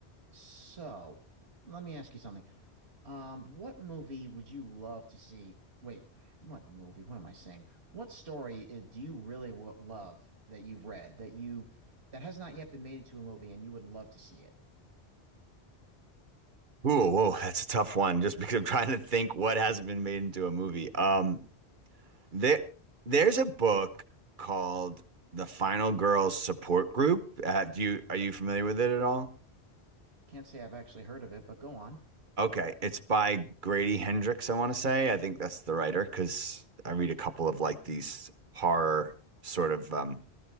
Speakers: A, on the right; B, on the right.
A: So, let me ask you something. Um, what movie would you love to see? Wait, what movie? What am I saying? What story i- do you really w love that you've read that you that has not yet been made into a movie and you would love to see it?
B: Ooh, whoa, that's a tough one just because I'm trying to think what hasn't been made into a movie. Um, there there's a book called The Final Girls Support Group. Uh, do you are you familiar with it at all?
A: Can't say I've actually heard of it, but go on.
B: Okay, it's by Grady Hendrix, I want to say. I think that's the writer because I read a couple of like these horror sort of um